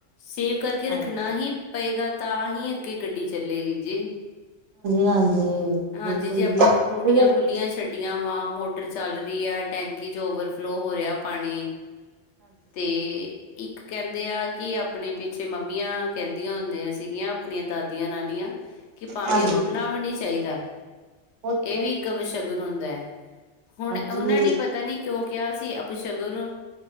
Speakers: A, on the left; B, on the right.
A: ਸੇਵ ਕਰਕੇ
B: ਹਾਂਜੀ
A: ਰੱਖਣਾ ਹੀ ਪਏਗਾ ਤਾਂ ਹੀ ਅੱਗੇ ਗੱਡੀ ਚੱਲੇਗੀ ਜੀ
B: ਹਾਂਜੀ
A: ਹਾਂਜੀ
B: ਬਿਲਕੁਲ
A: ਜੀ ਜੇ ਆਪਾਂ ਵ ਟੂਟੀਆਂ
B: ਹਾਂਜੀ।
A: ਖੁੱਲੀਆਂ ਛੱਡ ਗੀਆਂ ਵਾ ਮੋਟਰ ਚੱਲ ਰਹੀ ਆ ਟੈਂਕੀ 'ਚ ਓਵਰਫਲੋ ਹੋ ਰਿਹਾ ਪਾਣੀ ਤੇ ਇੱਕ ਕਹਿੰਦੇ ਆ ਕਿ ਆਪਣੇ ਪਿੱਛੇ ਮੰਮੀਆਂ ਕਹਿੰਦੀਆਂ ਹੁੰਦੀਆਂ ਸੀਗੀਆਂ ਆਪਣੀਆਂ ਦਾਦੀਆਂ ਨਾਨੀਆਂ ਕਿ ਪਾਣੀ
B: ਹਾਂਜੀ
A: ਰੁੜਨਾ ਵਾ ਨੀ ਚਾਹੀਦਾ।
B: ਉਹ ਤਾਂ
A: ਇਹ ਵੀ ਇੱਕ ਅਬਸ਼ਗੁਨ ਹੁੰਦਾ ਐ। ਹੁਣ
B: ਹਾਂਜੀ
A: ਉਹਨਾਂ ਨੇ ਪਤਾ ਨੀ ਕਿਉਂ ਕਿਹਾ ਸੀ ਅਬਸ਼ ਗਨ